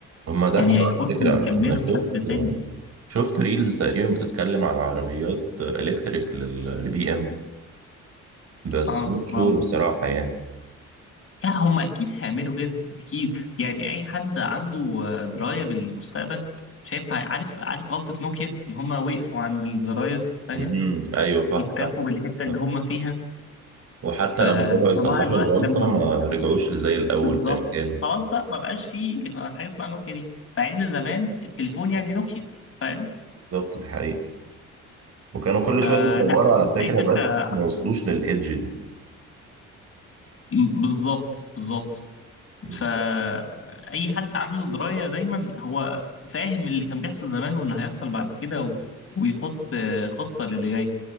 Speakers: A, on the right; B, on the left.
A: هما دخلوا
B: يعني هيخشوا
A: على فكرة
B: ويكملوا
A: أنا شفت
B: بشكل تاني
A: شفت ريلز تقريبا بتتكلم على عربيات إلكتريك للبي إم بس
B: اه
A: مش شور
B: ما
A: بصراحة يعني
B: لا هم أكيد هيعملوا كده أكيد يعني أي حد عنده آه، دراية بالمستقبل مش هينفع عارف عارف غلطة نوكيا إن هم وقفوا عند الزراير فاهم
A: امم أيوه صح
B: اكتفوا
A: صح
B: بالحتة اللي
A: صح.
B: هم فيها
A: وحتى
B: ف...
A: لما رجعوا يصلحوا
B: فمع الوقت
A: الغلطة
B: لما
A: ما
B: جم
A: رجعوش لزي الأول
B: بالظبط
A: زي ما كانوا
B: خلاص بقى ما بقاش فيه حاجة اسمها نوكيا دي مع إن زمان التليفون يعني نوكيا فاهم
A: بالظبط دي حقيقة وكانوا كل
B: فلا
A: شوية بيطوروا
B: أكيد
A: على فكرة
B: أي شركة
A: بس ما وصلوش للإيدج دي
B: بالظبط بالظبط
A: مم.
B: فأي حد عنده دراية دايما هو فاهم اللي كان بيحصل زمان واللي هيحصل بعد كده و... ويحط آه، خطة للي جاي